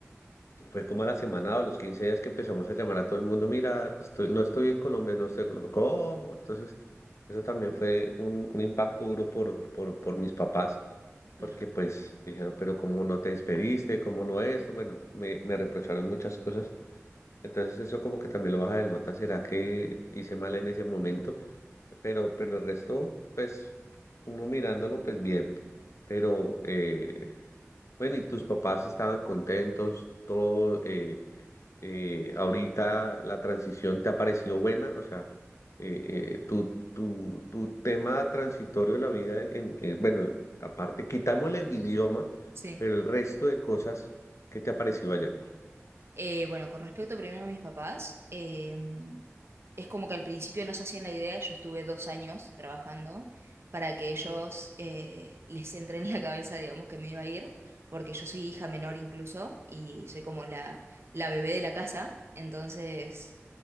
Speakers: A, on the left; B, on the right.
A: fue como a la semana o los 15 días que empezamos a llamar a todo el mundo, mira, estoy, no estoy en Colombia, no estoy en Colombia. ¿Cómo? Entonces, eso también fue un, un impacto duro por, por, por mis papás
B: Claro.
A: porque pues dijeron, pero cómo no te despediste, cómo no esto, bueno, me, me reprocharon muchas cosas, entonces eso como que también lo baja de nota, ¿será que hice mal en ese momento? Pero, pero el resto, pues, uno mirándolo, pues bien. Pero, eh, bueno, ¿y tus papás estaban contentos? Todo, eh, eh, ahorita la transición te ha parecido buena, o sea, eh, eh, tu, tu, tu tema transitorio de la vida, en, eh, bueno, aparte, quitámosle el idioma,
B: Sí.
A: pero el resto de cosas, ¿qué te ha parecido allá?
B: Eh, bueno, con respecto primero a mis papás, eh, es como que al principio no se hacían la idea, yo estuve dos años trabajando para que ellos eh, les entre en la cabeza, digamos, que me iba a ir, porque yo soy hija menor incluso y soy como la, la bebé de la casa, entonces